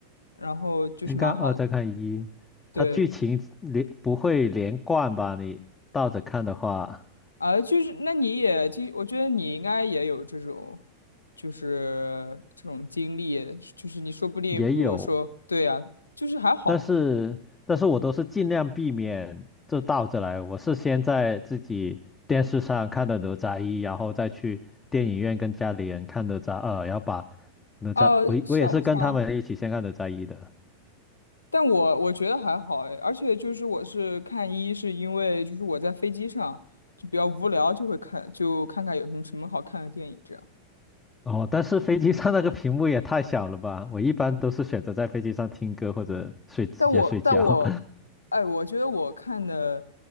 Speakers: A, on the left; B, on the left.
A: 然后就是蛮好的，
B: 先看二，再看一，
A: 对。
B: 它剧情连不会连贯吧？你倒着看的话，
A: 啊，就是那你也经，就我觉得你应该也有这种，就是这种经历，就是你说不定，
B: 也有。
A: 比如说，对呀、就是还好。
B: 但是但是我都是尽量避免这倒着来，我是先在自己电视上看的《哪吒一》，然后再去电影院跟家里人看《哪吒二》，然后把哪吒，
A: 哦、
B: 我我也是跟他们一起先看《哪吒一》的。
A: 想不想？但我我觉得还好哎，而且就是我是看一是因为就是我在飞机上就比较无聊，就会看就看看有什么什么好看的电影这样。
B: 哦，但是飞机上那个屏幕也太小了吧！我一般都是选择在飞机上听歌或者睡，直接睡觉，
A: 但我但我，哎，我觉得我看的